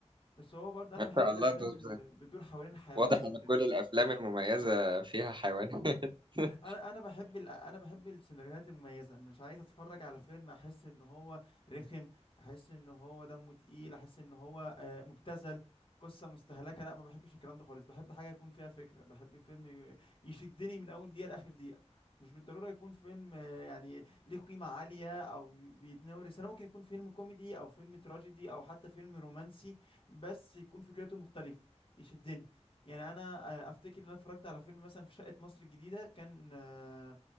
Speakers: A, on the left; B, on the right.
A: بس هو برضه انا
B: ما
A: بحب
B: شاء
A: الافلام
B: الله انت بز-
A: اللي بتدور حوالين الحيوانات
B: واضح ان
A: وكده
B: كل الافلام المميزة فيها حيوانات <laughs>
A: انا انا بحب ال... انا بحب السيناريوهات المميزه مش عايز اتفرج على فيلم احس ان هو رخم احس ان هو دمه تقيل احس ان هو آه، مبتذل قصه مستهلكه لا ما بحبش الكلام ده خالص بحب حاجه يكون فيها فكره بحب فيلم ي- يشدني من اول دقيقه لاخر دقيقه مش بالضروره يكون فيلم آه، يعني ليه قيمه عاليه او بي- بيتناول انا ممكن يكون فيلم كوميدي او فيلم تراجيدي او حتى فيلم رومانسي بس يكون فكرته مختلفه يشدني يعني انا آه، افتكر ان انا اتفرجت على فيلم مثلا في شقة مصر الجديدة كان آه،